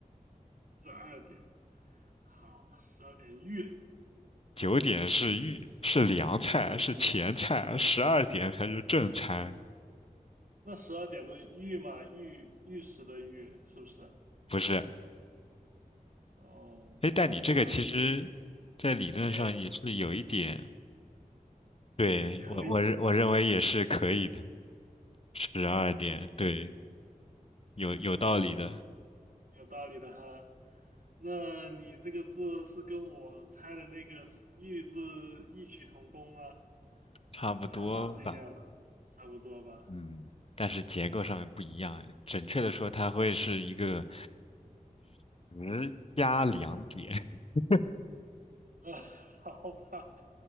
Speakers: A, on the right; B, on the left.
A: 十二点？好，十二点玉，
B: 九点是预是凉菜是前菜，十二点才是正餐。
A: 那十二点不是玉嘛，玉玉石的玉是不是？
B: 不是，
A: 哦，
B: 哎，
A: 好吧，
B: 但你这个其实，在理论上也是有一点，
A: 也
B: 对，
A: 可以，
B: 我我认我认为也是可以的。十二点，
A: 嗯、
B: 对，有有道理的，
A: 好。有道理的哈。那你这个字是跟我猜的那个玉字异曲同工吗？
B: 差不多吧。
A: 想法是一样的，差不多吧。
B: 嗯，但是结构上面不一样。
A: 好，
B: 准确的说，它会是一个。十加两点，<laughs>
A: 呃，<laughs> 好吧，